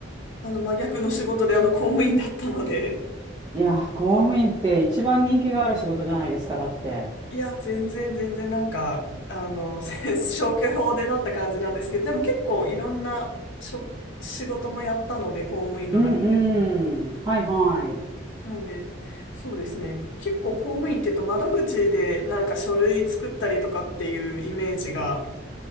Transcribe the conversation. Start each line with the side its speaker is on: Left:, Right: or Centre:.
Left: あの真逆の仕事であの公務員だったので、
Right: いやー、公務員って一番人気がある仕事じゃないですか、だって。
Left: いや、全然全然なんか、あの、<laughs> 消去法でなった感じなんですけど、でも結構いろんなしょ仕事もやったので、公務員の中でも。
Right: うんうん。はいはい。
Left: なんで、そうですね。結構公務員って言うと窓口でなんか書類作ったりとかっていうイメージが